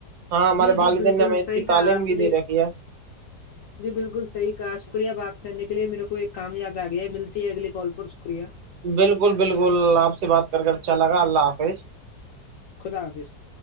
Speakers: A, on the right; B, on the left.
A: ہاں ہمارے
B: جی
A: والدین
B: جی بالکل
A: نے ہمیں اس
B: صحیح
A: کی
B: کہا
A: تعلیم
B: آپ
A: بھی
B: نے
A: دے رکھی ہے
B: <unintelligible> جی بالکل صحیح کہا شکریہ بات کرنے کے لیے میرے کو ایک کام یاد آ گیا ہے ملتی ہے اگلی کال پر شکریہ
A: بالکل بالکل آپ سے بات کر کے اچھا لگا اللہ حافظ
B: خدا حافظ